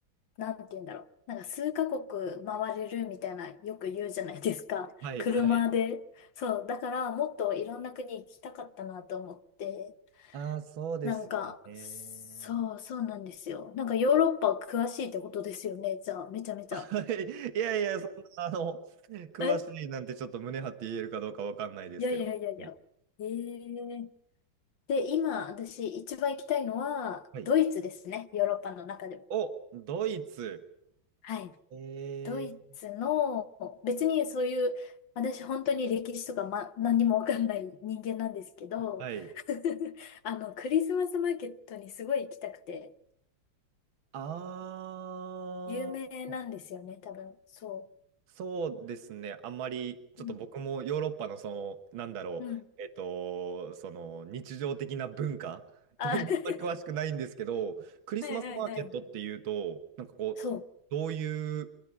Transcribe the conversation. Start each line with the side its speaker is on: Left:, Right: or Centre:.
Left: なんて言うんだろう。なんか数カ国回れるみたいな、よく言うじゃないですか。
Right: はい、
Left: <laughs> 車で。
Right: はい。
Left: そう。だから、もっといろんな国行きたかったなと思って。
Right: ああー、そうですよね。
Left: なんか、そう、そうなんですよ。なんかヨーロッパ詳しいってことですよね。じゃあ、めちゃめちゃ。
Right: <laughs> はい。いやいや、そんな、あの、詳しいなんてちょっと胸張って言えるかどうかわかんないですけど。
Left: えいやいやいやいや。
Right: はい
Left: ええで、今、私一番行きたいのは、
Right: はい。
Left: ドイツですね。ヨーロッパの中でも。
Right: お、ドイツ。
Left: はい。
Right: ええ
Left: ドイツの、別にそういう、私本当に歴史とか、ま、何にもわかんない人間なんですけど、
Right: はい。
Left: <laughs> あの、クリスマスマーケットにすごい行きたくて、
Right: ああー。
Left: 有名なんですよね、多分。そ
Right: そうですね。あんまり、ちょっと僕もヨーロッパのその、
Left: う。うん。
Right: なんだろう、
Left: うん。
Right: えっと、その日常的な文化 <laughs>
Left: あ、
Right: というのはあんまり詳しくないんですけど、
Left: <laughs> は
Right: クリスマスマーケットっていうと、
Left: いはいはい。
Right: なんかこう、
Left: そう。
Right: どういう